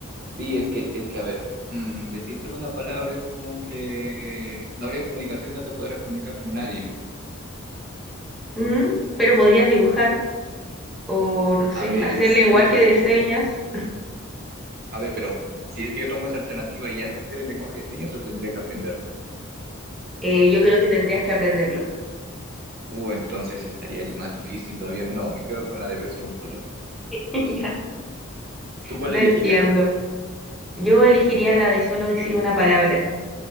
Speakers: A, on the right (about 45°); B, in the centre.
A: Sí, es que, es que, a ver, mm, decir solo una palabra es como que no habría comunicación, no te podrías comunicar con nadie.
B: Mm, Pero podrías dibujar o, no sé,
A: A ver,
B: hacer
A: sí,
B: lenguaje
A: pero,
B: de señas.
A: a ver, pero si es que yo tomo esa alternativa y ya sé hacer el lenguaje de señas, o tendría que aprenderlo.
B: Eh, yo creo que tendrías que aprenderlo.
A: Uh, entonces estaría di- más difícil todavía. No, me quedo con la de ver solo un color.
B: <laughs> Ya.
A: ¿Tú cuál
B: Lo
A: elegirías,
B: entiendo.
A: a ver?
B: Yo elegiría la de solo decir una palabra.